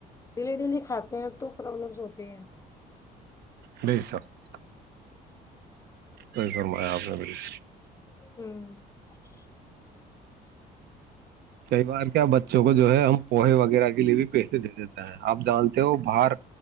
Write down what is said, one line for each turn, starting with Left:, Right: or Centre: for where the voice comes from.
Left: ڈیلی ڈیلی کھاتے ہیں تو پرابلمس ہوتے ہیں <unintelligible>
Right: بیی سر <unintelligible> صحیح فرمایا آپ نے بالکل <unintelligible>
Left: ہوں <unintelligible>
Right: کئی بار کیا بچوں کو جو ہے ہم پوہے وغیرہ کے لیے بھی پیسے دے دیتا ہیں آپ جانتے ہو باہر